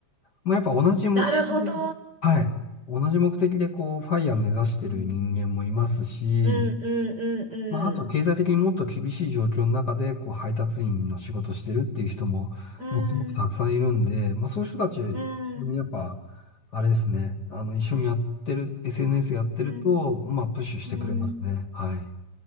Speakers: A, on the left (about 40°); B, on the right (about 45°).
A: まあ、やっぱ同じ目的で、
B: なるほど。
A: はい。同じ目的でこう、ファイヤー目指してる人間もいますし、
B: うん、うん、うん、
A: まあ、あと経済的にもっと厳しい状況の中で、
B: うん。
A: こう、配達員の仕事してるっていう人も、
B: うん、
A: もうすごくたくさんいるんで、まあ、そういう人たち
B: うん、
A: にやっぱ、あれですね、あの、一緒にやってる、SNS やってると、
B: うん、
A: まあ、プッシュしてくれますね。
B: うん。
A: はい。